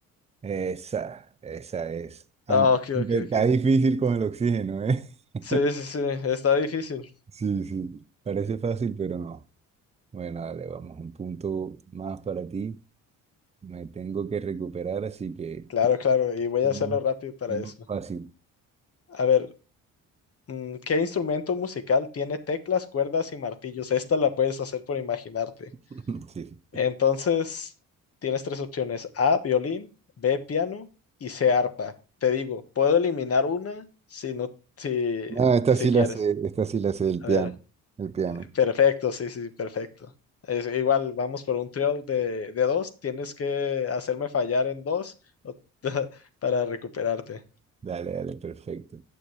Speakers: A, on the right; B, on the left.
A: Esa, esa es. Aunque
B: Ah, ok, ok,
A: está
B: ok.
A: difícil con el oxígeno, ¿eh? <laughs>
B: Sí, sí, sí. Está difícil.
A: Sí, sí. Parece fácil, pero no. Bueno, dale, vamos, un punto más para ti. Me tengo que recuperar, así que...
B: Claro, claro. Y voy
A: ya
B: a hacerlo
A: más-
B: rápido para
A: ya
B: eso.
A: más Fácil.
B: A ver, mm, ¿qué instrumento musical tiene teclas, cuerdas y martillos? Esta la puedes hacer por imaginarte.
A: <laughs> Sí, sí.
B: Entonces, tienes tres opciones, A, violín, B, piano y C, arpa. Te digo, puedo eliminar una si no, si,
A: No, esta
B: si
A: sí
B: quieres.
A: la sé, esta sí la sé, el
B: A
A: piano,
B: ver,
A: el piano.
B: perfecto, sí, sí, sí, perfecto. Es, igual, vamos por un trío de, de dos, tienes que hacerme fallar en dos o- <laughs> para recuperarte.
A: Dale, dale, perfecto.